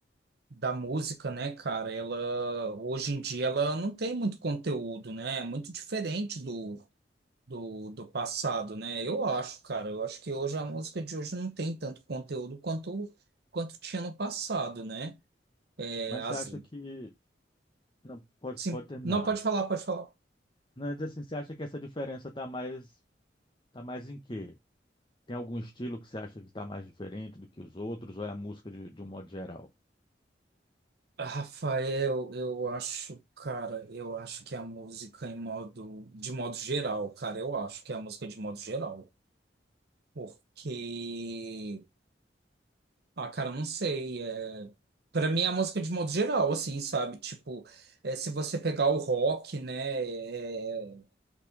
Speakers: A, on the right; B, on the left.
A: da música, né, cara, ela hoje em dia ela não tem muito conteúdo, né? É muito diferente do, do, do passado, né? Eu acho, cara, eu acho que hoje a música de hoje não tem tanto conteúdo quanto quanto tinha no passado, né? É,
B: Mas
A: as
B: você acha que... Não, pode,
A: Sim.
B: pode terminar.
A: Não, pode falar, pode falar.
B: Não, mas assim, você acha que essa diferença está mais, tá mais em quê? Tem algum estilo que você acha que está mais diferente do que os outros, ou é a música de, de um modo geral?
A: Rafael, eu acho, cara, eu acho que a música em modo, de modo geral, cara, eu acho que é a música de modo geral, porque, ah, cara, eu não sei, é, para mim é a música de modo geral, assim, sabe, tipo, é, se você pegar o rock, né, é,